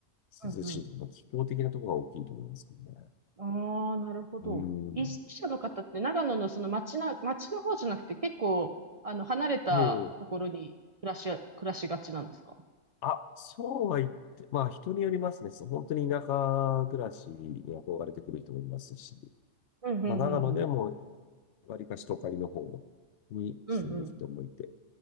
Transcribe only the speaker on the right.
うんうん。
ああ、なるほど。
意識者の方って長野のその町な、町の方じゃなくて結構、あの、離れたところに暮らし暮らしがちなんですか
うん、うん、
うん、うん。
う